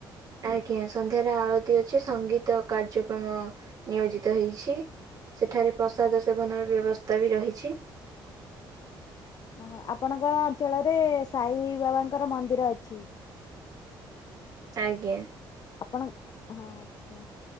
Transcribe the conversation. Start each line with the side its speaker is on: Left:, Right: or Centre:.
Right: ଆଜ୍ଞା ସନ୍ଧ୍ୟାରେ ଆଳତି ଅଛି ସଙ୍ଗୀତ କାର୍ଯ୍ୟକ୍ରମ ନିୟୋଜିତ ହେଇଛି। ସେଠାରେ ପ୍ରସାଦ ସେବନର ବ୍ୟବସ୍ଥା ବି ରହିଛି।
Left: ଅହ ଆପଣଙ୍କ ଅଞ୍ଚଳରେ ସାଇ ବାବାଙ୍କର ମନ୍ଦିର ଅଛି।
Right: ଆଜ୍ଞା।
Left: ଆପଣ ହଁ ଆଜ୍ଞା।